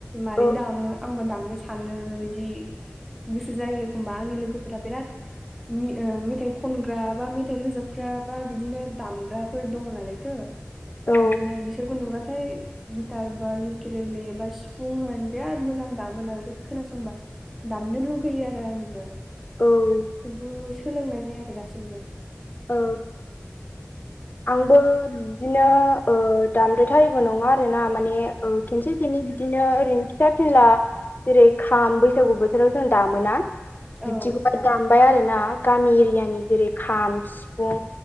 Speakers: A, in the centre; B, on the left (about 45°).
A: मारै
B: औ
A: दामो आंबो दामनो हानो बिदि गोसो जायो एखमबा आंनि लोगोफोरा बिराद मि ओ मेथाइ खनग्रा बा मेथाइ रोजोबग्रा बा बिदिनो दामग्राफोर दङ नालायथो
B: औ
A: बिदिनो बिसोरखौ नुबाथाय गिटार बा इउकिलेले बा सि बुं होन बिराद मोजां दामोनालायथो खोनासंबा दामनो लुगैयो आरो आंबो
B: औ
A: खिन्थु सोलोंनाय जायाखै दासिमबो
B: ओ आंबो बिदिनो ओ दामद्रायथारिबो नङा आरोना माने ओ खेनसे खनै बिदिनो ओरैनो फिसा फिला जेरै खाम बैसागु बोथोराव जों दामोना
A: औ
B: बिदिखौ दामबाय आरो ना गामि एरियानि जेरै खाम सिफुं